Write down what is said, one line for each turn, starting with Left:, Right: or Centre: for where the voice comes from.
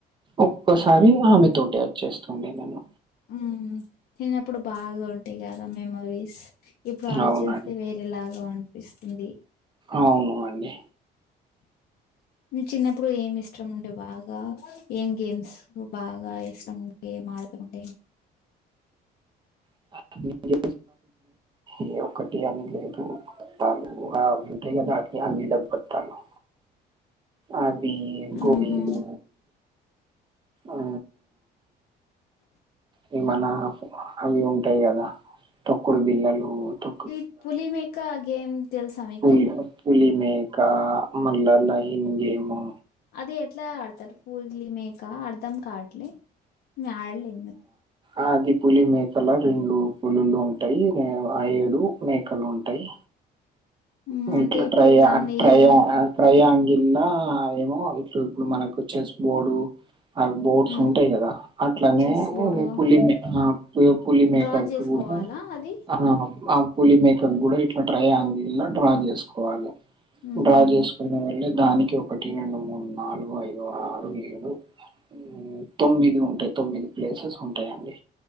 Right: ఒక్కోసారి ఆమె తోటి అచ్చేస్తుం మేమన్న
Left: ఊమ్ చిన్నప్పుడు బాగా ఉంటాయి కదా మెమోరీస్ ఇప్పుడు ఆలోచిస్తే
Right: అవునండి
Left: వే ఎలాగో అనిపిస్తుంది
Right: అవును అండి
Left: మి చిన్నప్పుడు ఏమి ఇష్టం ఉండే బాగా ఏం గేమ్స్ బాగా ఇష్టం ఉన్ గేం ఆడుతుండే
Right: <inaudible> ఏ ఒక్కటి అని లేదూ <unintelligible> ఆ ఉంటాయి కదా అట్లే అన్ని <unintelligible> అవీ గోలీలు
Left: ఆహా
Right: ఆ ఇవి మన అవి ఉంటాయి గదా తొక్కుడు బిల్లలు తొ
Left: ఈ పులి మేకా గేమ్ తెలుసా మీకు
Right: పులి పులి మేకా మళ్ళా లయన్ గేము
Left: అది ఎట్ల ఆడతారు పూరలి మేక అర్ధం కావట్లే మే ఆడలే
Right: ఆ అది పులి మేకల రెండు పులులు ఉంటాయి మే ఆ ఏడు మేకలు ఉంటాయి
Left: మ్మ్,
Right: మీ
Left: అంటే
Right: ఇట్లో
Left: ఇప్పుడు
Right: ట్రై యా
Left: దాన్ని
Right: అన్ ట్రై
Left: ఏం
Right: యా అన్ ట్రైయాంగిల్ ల ఏమో ఇట్లు ఇప్పుడు మనకు చెస్ బోర్డు అవి బోర్డ్స్
Left: మ్మ్,
Right: ఉంటాయి కదా అట్లనే
Left: చెస్ బోర్డు
Right: ఇ పులి మే ఆ పు పులి మేకకి
Left: డ్రా చేసుకోవాలా
Right: కూడా
Left: అది
Right: ఆ అబ్ పులి మేకకి కూడా ఇట్ల ట్రైయాంగిల్ లా డ్రా చేసుకోవాలె
Left: మ్మ్హ.
Right: డ్రా చేసుకో కున్న వాళ్ళే దానికి ఒకటి రెండు మూడు నాలుగు ఐదు ఆరు ఏడు ఊమ్ తొమ్మిది ఉంటాయి తొమ్మిది ప్లేసెస్ ఉంటాయండి